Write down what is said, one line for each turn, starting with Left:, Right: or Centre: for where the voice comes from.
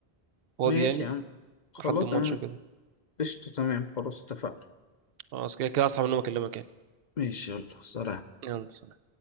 Right: فاضي
Left: ماشي
Right: يعني
Left: يا عم خلاص
Right: لحد الماتش
Left: انا
Right: وكده
Left: قشطة تمام خلاص اتفقنا
Right: خلاص كده كده اصحى من النوم اكلمك يعني
Left: ماشي يلا سلام
Right: يلا سلام.